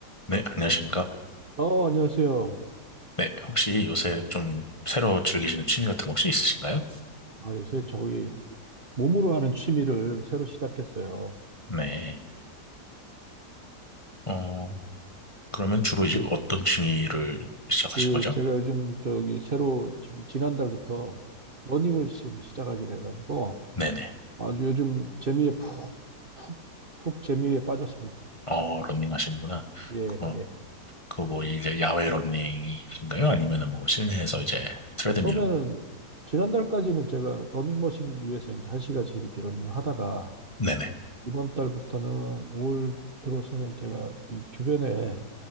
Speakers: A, on the left (about 20°); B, on the right (about 35°).
A: 네, 안녕하십니까.
B: 어, 안녕하세요.
A: 네, 혹시 요새 좀 새로 즐기시는 취미 같은 거 혹시 있으신가요?
B: 아, 요새 저기 몸으로 하는 취미를 새로 시작했어요.
A: 네. 어, 그러면 주로 이제
B: 그,
A: 어떤 취미를 시작하신
B: 그,
A: 거죠?
B: 제가 요즘 저기 새로 지금 지난달부터 러닝을 지금 시작하기로 해가지고
A: 네네.
B: 아주 요즘 재미에 푹, 푹, 푹 재미에 빠졌습니다.
A: 어, 러닝 하시는구나.
B: 예,
A: 그거,
B: 예.
A: 그거 뭐 이제 야외 러닝이신가요? 아니면은 뭐 실내에서 이제 트레드밀?
B: 처음에는 지난달까지는 제가 러닝머신 위에서 이제 한 시간씩 이렇게 러닝을 하다가
A: 네네.
B: 이번 달부터는 올월 들어서는 제가 이 주변에